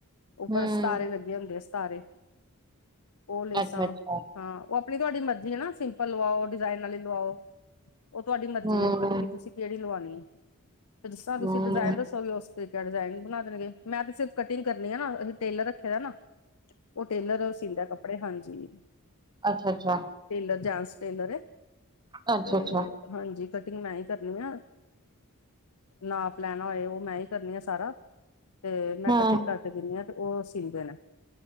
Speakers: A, on the left; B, on the right.
A: ਉੱਪਰ
B: ਹੂੰ,
A: ਸਿਤਾਰੇ ਲੱਗੇ ਹੁੰਦੇ ਆ ਸਤਾਰੇ ਉਹ ਲੇਸਾਂ
B: ਅੱਛਾ-ਅੱਛਾ,
A: ਹਾਂ ਉਹ ਆਪਣੀ ਤੁਹਾਡੀ ਮਰਜ਼ ਜੀ ਨਾ ਸਿੰਪਲ ਲਵਾਓ ਡਿਜ਼ਾਇਨ ਵਾਲੀ ਲਵਾਓ ਉਹ ਤੁਹਾਡੀ ਮਰਜ਼ੀ
B: ਹੂੰ।
A: ਕਿ ਤੁਸੀਂ ਜਿਹੜੀ ਲਵਾਣੀ ਹੈ ਤੇ ਜਿਸ ਤਰ੍ਹਾਂ ਤੁਸੀਂ
B: ਹੂੰ,
A: ਡਿਜ਼ਾਇਨ ਦੱਸੋਗੇ ਉਸ ਤ ਡਿਜ਼ਾਇਨ ਬਣਾ ਦੇਣਗੇ ਮੈਂ ਤੇ ਸਿਰਫ ਕਟਿੰਗ ਕਰਨੀ ਆ ਨਾ ਅਸੀਂ ਟੇਲਰ ਰੱਖੇ ਦਾ ਨਾ ਉਹ ਟੇਲਰ ਸੀਦੈ ਕੱਪੜੇ ਹਾਂਜੀ
B: ਅੱਛਾ ਅੱਛਾ
A: ਟੇਲਰ ਜਸ ਟੇਲਰ
B: ਅੱਛਾ-ਅੱਛਾ,
A: ਤੇ ਹਾਂਜੀ ਕਟਿੰਗ ਮੈਂ ਹੀ ਕਰਨੀ ਆ ਨਾਪ ਲੈਣਾ ਹੋਏ ਉਹ ਮੈਂ ਹੀ ਕਰਨੀ ਆ ਸਾਰਾ ਤੇ ਮੈਂ
B: ਹੂੰ,
A: ਕਟਿੰਗ ਕਰਕੇ ਦਿੰਦੀ ਹਾਂ ਤੇ ਉਹ ਸੀਂਦੇ ਨੇ